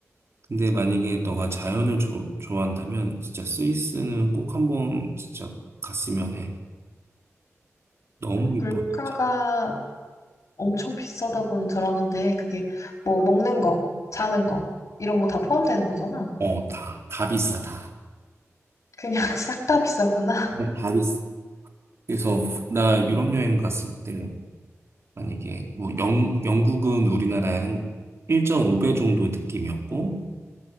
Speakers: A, on the right (about 55°); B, on the left (about 70°).
A: 근데 만약에 너가 자연을 조- 좋아한다면 진짜 스위스는 꼭 한번 진짜 갔으면 해. 너무 이뻐
B: 물가가
A: 진짜.
B: 엄청 비싸다고는 들었는데, 그게 뭐 먹는 거, 자는 거, 이런 거 다 포함되는 거잖아.
A: 어, 다, 다 비싸 다.
B: 그냥 <laughs> 싹 다 비싸구나.
A: 네, 다 비싸. 그래서 나 유럽 여행 갔을 때 만약에 뭐 영, 영국은 우리나라의 한 1.5배 정도 느낌이었고